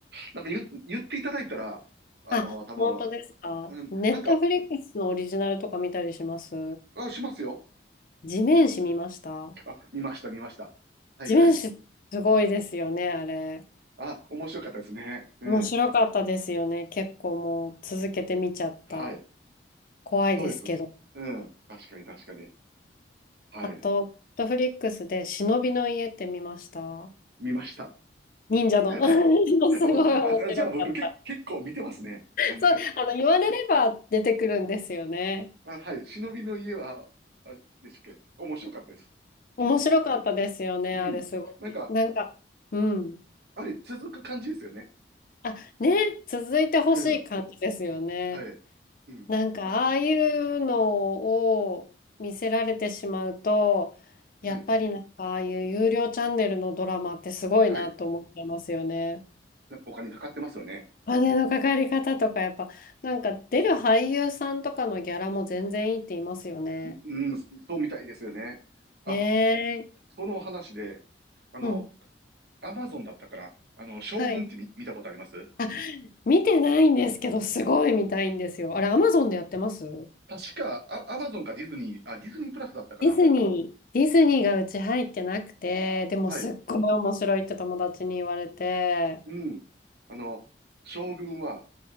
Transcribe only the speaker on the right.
なんか言、言っていただいたら、あの、
多分、
うん、
なんか、あ、しますよ。
あ、見ました、見ました。はいはい。
あ、面白かったですね。うん。
はい。
そうです。うん。確かに、確かに。はい。
見ました。
<laughs> あ、
僕、あ、あじゃあ僕、け、結構見てますね。なんだ
あ、はい。忍びの家は、あ、でしたっけ面白かったです。好きです。
うん。
なんか、
あれ、続く感じですよね。
うん。はい。うん。
あ、
はい。はい。なお金かかってますよね。
う、うん、そうみたいですよね。あ、
その話で、あの、
アマゾンだったかなあの、将軍って見、
見たことあります
確か、あ、アマゾンかディズニー、あ、ディズニープラスだったかな
はい。うん。あの、将軍は